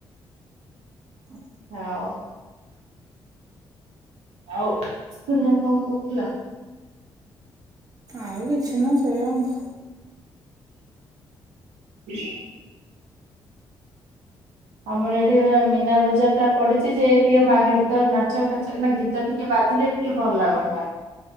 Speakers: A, on the right; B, on the right.
A: ଉଁ
B: ଆଉ? ଆଉ ସୁନା କଣ କହୁଥିଲା?
A: ଆଉ କିଛି ନୁଅ ସେୟା ଆଉ।
B: <inaudible> ଆମର ଏଠି ଏ ମୀନା ବଜାର ଟା ପଡିଚି ଯେ ଟିଏ <unintelligible> ଗୀତ ନାଚ ଫାଚ ନା ଗୀ ଗୀତ ଟିକେ ବାଜିଲେ ଟିକେ ଭଲ ଲାଗନ୍ତା